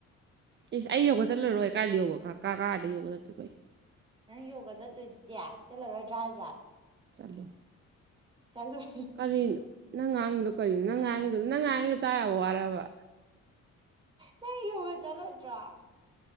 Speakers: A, on the right (about 40°); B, on the right (about 15°).
A: ꯏꯁ ꯑꯩ ꯌꯣꯒ ꯆꯠꯂꯔꯣꯏ ꯀꯥꯏꯗ ꯌꯣꯒ ꯀꯥ ꯀꯥꯏꯗ ꯌꯣꯒ ꯆꯠꯇꯣꯏꯕ ꯑꯩ
B: ꯅꯪ ꯌꯣꯒ ꯆꯠꯇꯣꯏꯁꯤꯗꯤ ꯆꯠꯂꯔꯣꯏꯗ꯭ꯔꯥ ꯍꯥꯏꯁꯦ
A: ꯆꯠꯂꯣꯏ
B: ꯆꯠꯂꯣꯢ
A: ꯀꯔꯤꯅꯣ ꯅꯪ ꯉꯥꯡꯉꯤꯗꯣ ꯀꯔꯤꯅꯣ ꯅꯪ ꯉꯥꯡꯉꯤꯗꯣ ꯅꯪ ꯉꯥꯡꯉꯤꯗꯣ ꯇꯥ ꯌꯥꯕ ꯋꯥꯔꯕ
B: ꯅꯪ ꯌꯣꯒ ꯆꯠꯂꯣꯏꯗ꯭ꯔꯣ